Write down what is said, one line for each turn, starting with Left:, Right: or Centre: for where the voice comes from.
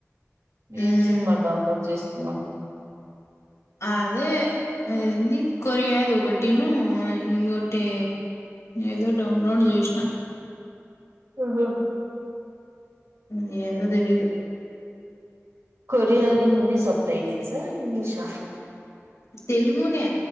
Left: ఉమ్
Right: ఏం సినిమా డౌన్లోడ్ జేసుకున్నాం
Left: అదే
Right: చేసుకున్నావ్
Left: అదేంది కొరియాది ఒకటి టిను ఇంగోటి ఏదో డౌన్లోడ్ జేసిన
Right: ఆహా
Left: ఉమ్ ఏదో తెలీదు
Right: కొరియాది హిందీ సబ్ టైటిల్స్ ఆ ఇంగ్లీషా
Left: తెలుగునే